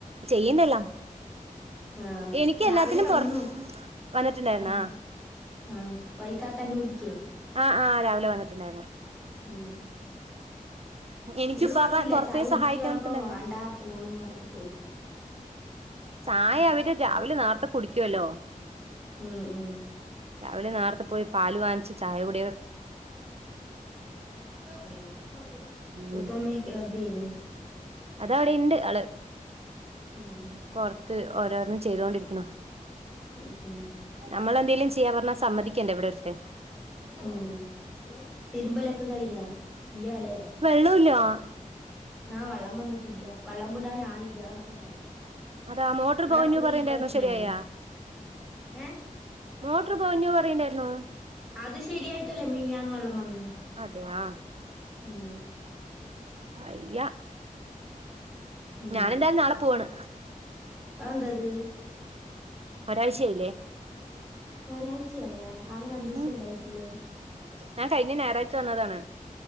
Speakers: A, on the right (about 45°); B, in the centre.
A: ചെയ്യണ്ടെല്ലാം
B: ആഹ്
A: എനിക്ക്
B: രാവിലെ
A: എല്ലാത്തിനും
B: വന്നു
A: പുറ വന്നിട്ടുണ്ടായിരുന്നാ
B: ഉം ആഹ് വൈത്താത്താന്റെ ഊറ്റിക്കേ
A: ആഹ് ആഹ് രാവിലെ വന്നിട്ടുണ്ടാരുന്നു
B: ഉം
A: എനിക്ക്
B: ഇങ്ങട്
A: ഉപ്പാപ്പ
B: വന്നില്ല
A: പുറത്ത്
B: ചായ
A: പോയി
B: കുടിക്കിന്ന്
A: സഹായിക്കാൻ
B: പറഞ്ഞപ്പോ
A: വന്നിട്ടുണ്ടായിരുന്നു
B: വേണ്ടാ പോണൂ പറഞ്ഞിട്ട് പോയി
A: ചായ
B: ഉം
A: അവര് രാവിലെ നേർത്തെ കുടിക്കുവല്ലോ
B: ഉം ഉം
A: രാവിലെ നേർത്തെ പോയി പാല് വാങ്ങിച്ച് ചായ കുടി
B: ഉം
A: ഉം
B: ഉപ്പം മെക്കാദ്യയ്നു
A: അതവിടെ ഇണ്ട് അള്
B: ഉം
A: പൊറത്ത് ഓരോന്നും ചെയ്തൊണ്ടിരിക്കണു
B: ഉം ഉം
A: നമ്മൾ എന്തേലും ചെയ്യാൻ പറഞ്ഞാ സമ്മതിക്കണ്ടേ ഇവിടൊരുത്തൻ
B: ഉം തിരുമ്പലൊക്കെ കഴിഞ്ഞാ ഇല്ലാലെ
A: വെള്ളോല്ലാ
B: ആഹ് വെള്ളം വന്നിട്ടില്ല വെള്ളം വിടാൻ ആളില്ല്യാ എന്നൊക്കെ പറയും
A: അതാ മോട്ടർ
B: ഇവിടെ
A: പൊകഞ്ഞു
B: എപ്പളും
A: പറയണ്ടായിരുന്നു
B: ഈ പ്രശ്നം
A: ശരിയായാ
B: തന്നെ ഏഹ്
A: മോട്ടർ പൊകഞ്ഞു പറയണ്ടായിരുന്നു
B: അത് ശരിയായിട്ടല്ലേ മിനിഞ്ഞാന്ന് വെള്ളം വന്ന്
A: അതെ ആഹ്
B: ഉം
A: അയ്യ
B: ഉം
A: ഞാനെന്തായാലും നാളെ പോവുവാണ്
B: അതെന്തത്
A: ഒരാഴ്ച്ചയായില്ലേ
B: ഒരാഴ്ചയായാ ആകെ രണ്ടു
A: ഉം
B: ദിവസല്ലേ ആയിട്ടുള്ളു
A: ഞാൻ കഴിഞ്ഞ ഞായറാഴ്ച വന്നതാണ്